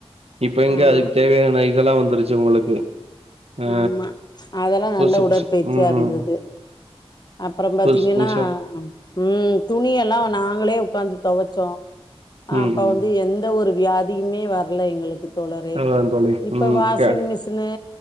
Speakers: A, on the right; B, on the left.
A: இப்ப எங்க
B: ஆமா.
A: அதுக்கு தேவையான இதெல்லா வந் துருச்சி உங்களுக்கு ஆ
B: ஆமா அதெல்லா நல்ல
A: புதுசு புதுசு
B: உடற்பயிற்சியா
A: ம்
B: இருந்தது
A: ம்
B: அப்பறம் பாத்தீங்கன்னா
A: புதுசு புதுசா
B: ம் துணியெல்லா நாங்ளே உக்காந்து தொவச்சோ ஆ
A: ம்
B: அப்ப
A: ம்
B: வந்து எந்த ஒரு வியாதியுமே வர்ல எங்களுக்கு தோழரே
A: அதா தோழி
B: இப்ப
A: ம்
B: வாஷிங்
A: க
B: மிஸினு